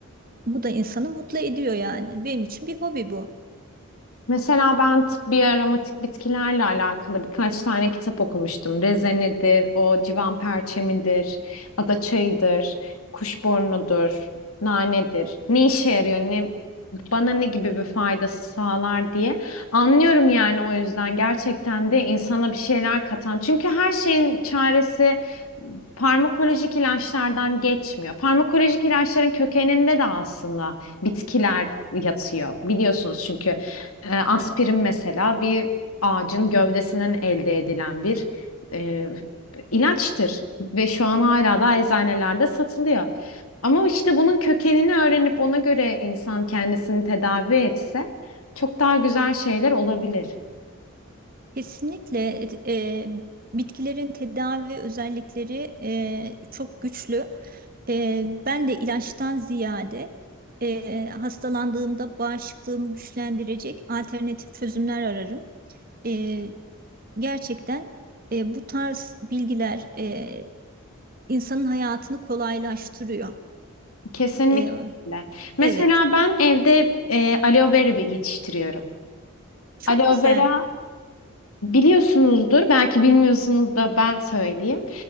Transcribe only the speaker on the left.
Mesela ben t- bir aromatik bitkilerle alakalı birkaç tane kitap okumuştum. Rezenedir, o civan perçemidir, ada çayıdır, kuşburnudur, nanedir. Ne işe yarıyor, ne bana ne gibi bir faydası sağlar diye. Anlıyorum yani o yüzden gerçekten de insana bir şeyler katan. Çünkü her şeyin çaresi farmakolojik ilaçlardan geçmiyor. Farmakolojik ilaçların kökeninde de aslında bitkiler yatıyor. Biliyorsunuz çünkü e, aspirin mesela bir ağacın gövdesinden elde edilen bir e, ilaçtır ve şu an hala da eczanelerde satılıyor. Ama işte bunun kökenini öğrenip ona göre insan kendisini tedavi etse çok daha güzel şeyler olabilir.
Kesinlikle.
Mesela
ben evde e, aloe vera bir- yetiştiriyorum.
Aloe
vera Biliyorsunuzdur, belki bilmiyorsunuz da ben söyleyeyim.